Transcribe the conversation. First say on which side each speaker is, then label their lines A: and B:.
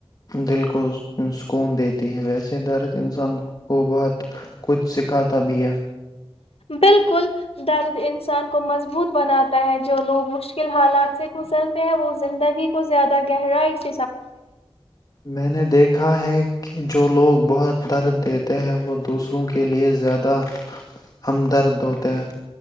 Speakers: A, on the left (about 40°); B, on the left (about 80°).
A: دل کو سکون دیتی ہے ویسے درد انسان کو بہت کچھ سکھاتا بھی ہے
B: بالکل درد انسان کو مضبوط بناتا ہے جو لوگ م مشکل حالات سے گزرتے ہیں وہ زندگی کے ب زیادہ گہر ہے اس
A: میں نے دیکھا ہے کہ جو لوگ بہت درد دیتے ہیں وہ دوسروں کے لیے زیادہ ہمدرد ہوتے ہیں